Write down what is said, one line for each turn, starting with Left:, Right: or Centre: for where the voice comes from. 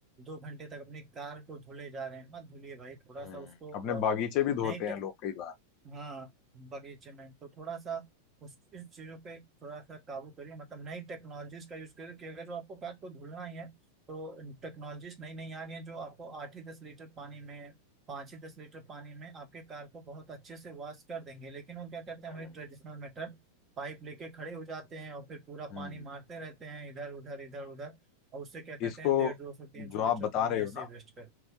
Right: दो घंटे तक अपनी कार को धुले जा रहे हैं मत धुलिए भाई थोड़ा
Left: हम्म
Right: सा उसको अ,
Left: अपने बागीचे भी
Right: नई
Left: धोते
Right: टे-
Left: हैं लोग कई बार
Right: हाँ बगीचे में तो थोड़ा सा उस इस चीजों पे थोड़ा सा काबू करिए मतलब नई टेक्नोलॉजीज का यूज करिए कि अगर जो आपको कार को धुलना ही है तो टेक्नोलॉजीज नई नई आ गई हैं जो आपको आठ ही दस लीटर पानी में पाँच ही दस लीटर पानी में आपके कार को बहुत अच्छे से वॉश कर देंगे लेकिन वो क्या करते
Left: हम्म
Right: हैं वही ट्रेडिशनल मेथड पाइप लेके खड़े हो जाते हैं और फिर पूरा
Left: हम्म
Right: पानी मारते रहते हैं इधर उधर इधर उधर और उससे क्या कहते
Left: इसको
Right: हैं डेढ़ दो सौ तीन सौ
Left: जो आप
Right: लीटर
Left: बता
Right: पानी
Left: रहे हो
Right: ऐसे
Left: ना,
Right: ही वेस्ट कर